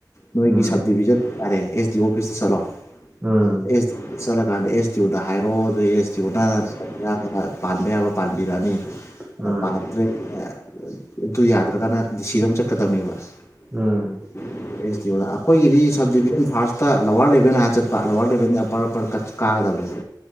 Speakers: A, on the left; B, on the right.
A: ꯅꯣꯏꯒꯤ
B: ꯎꯝ
A: ꯁꯕ ꯗꯤꯕꯤꯖꯟ ꯌꯥꯔꯦ ꯑꯦꯁ ꯗꯤ ꯑꯣꯐꯤꯁꯇ ꯆꯠꯂ‌ꯣ
B: ꯎꯝ
A: ꯑꯦꯁ ꯗꯤ ꯆꯠꯂꯀꯥꯟꯗ ꯑꯦꯁ ꯗꯤ ꯑꯣꯗ ꯍꯥꯏꯔ‌ꯣ ꯑꯦꯁ ꯗꯤ ꯑꯣꯅ ꯑꯌꯥꯝꯕꯅ ꯄꯟꯕ ꯄꯥꯟ ꯄꯥꯟꯕꯤꯔꯅꯤ꯫
B: ꯎꯝ
A: ꯑꯗꯨ ꯌꯥꯗ꯭ꯔꯒꯅ ꯗꯤꯁꯤꯗ ꯑꯃꯨꯛ ꯆꯠꯀꯗꯕꯅꯦꯕ꯫ <unintelligible>
B: ꯎꯝ
A: ꯑꯁꯗꯤꯑꯣꯅ ꯑꯩꯈꯣꯏꯒꯤꯗꯤ subdivision first. Lower eleven ꯍꯥꯏꯔꯅ ꯆꯠꯄ ꯂꯋꯥꯔ ꯂ‌ꯦꯕꯦꯟꯗꯤ ꯑꯄꯔ ꯑꯄꯔ ꯀꯥꯠꯁ ꯀꯥꯒꯗꯕꯅꯦ